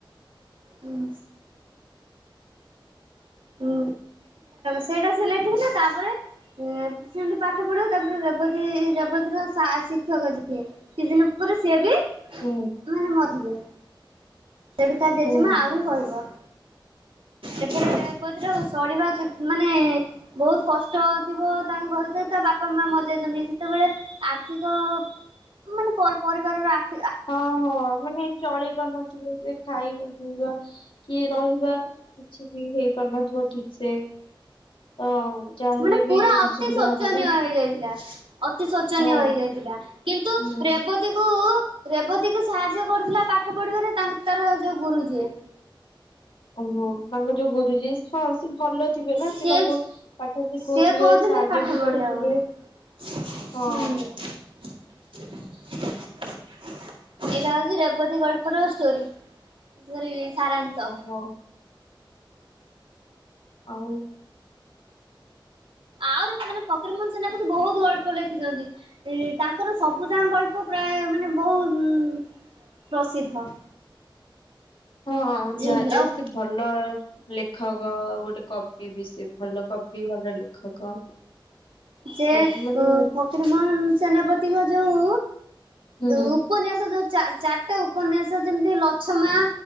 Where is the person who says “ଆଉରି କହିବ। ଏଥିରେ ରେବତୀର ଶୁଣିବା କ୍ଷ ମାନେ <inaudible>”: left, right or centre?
Right